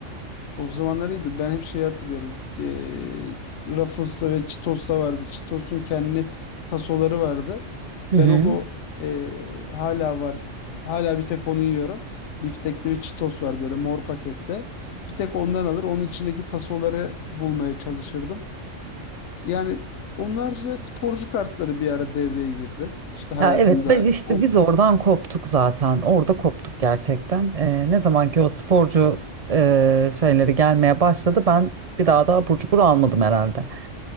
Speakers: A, on the left (about 70°); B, on the right (about 45°).
A: O zamanlar iyiydi. Ben hep şey hatırlıyorum. Eee Ruffles'ta ve Cheetos'ta vardı. Cheetos'un kendi tasoları vardı.
B: Hı
A: Ben
B: hı.
A: o po- eee, hala var. Hala bir tek onu yiyorum. Biftekli bir Cheetos var böyle mor pakette. Bir tek ondan alır. Onun içindeki tasoları bulmaya çalışırdım. Yani onun haricinde sporcu kartları bir ara devreye girdi. İşte hayatımda
B: Ya evet ben işte
A: o
B: biz oradan koptuk zaten orada koptuk gerçekten. Ee, ne zaman ki o sporcu e, şeyleri gelmeye başladı ben bir daha da abur cubur almadım herhalde.